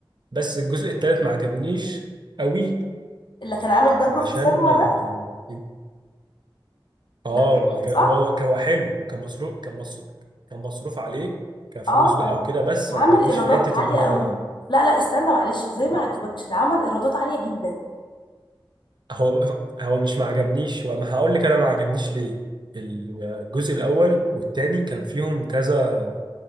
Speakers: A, on the right; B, on the left.
A: بس الجزء الثالث ما عجبنيش قوي
B: اللي كان عامل ضجه
A: عشان
B: في السينما
A: اه
B: ده
A: آه،
B: ده التيكت
A: ما عجب...
B: صح
A: هو هو كان هو حلو وكان مصروف كان مصروف كان مصروف عليه كفلوس
B: اه
A: بقى
B: ده
A: وكده بس
B: عمل
A: ما عجبنيش
B: ايرادات
A: في حتة
B: عاليه
A: ان هو
B: قوي لا لا استنى معلش زي ما
A: آه،
B: عجبكش ده عمل ايرادات عاليه جدا
A: هو هو مش ما عجبنيش وما هقول لك انا ما عجبنيش ليه الجزء الاول والتاني كان فيهم كذا